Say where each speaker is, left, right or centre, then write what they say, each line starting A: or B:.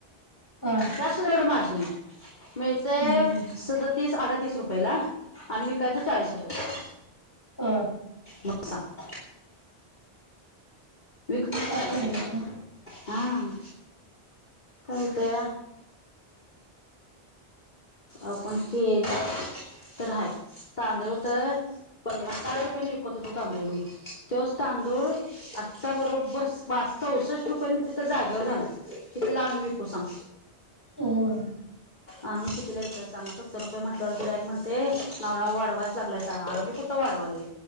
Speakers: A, on the left; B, on the left.
A: हा.
B: त्यातसुधा एवढं मार्जिन नाही मिळतंय
A: हम्म
B: सदतीस अडतीस रुपयेला. आणि विकायचं चाळीस रुपये.
A: हा.
B: मग सांग? विकतोय
A: काय
B: चाळीस
A: परवड
B: रुपयाला. हा काळतंया.
A: <inaudible>
B: आपण केलं तर हाय तांदुळ तर पन्नास साठ रुपयाने विकत होतो तांदूळ मी, त्योच तांदूळ आता बरोबर बा स चौसष्ट रुपयेनं तिथं जागेवर झालाय. कित्लाआणून विकू सांग?
A: उंउ
B: आणून कितीला विकाचा सांग? सत्तर रुपे म्हटल्याव गिरायक म्हणते, नाव राव वाडवायलाच लागयता. आमी कुट कुट्ट वाडवालंय?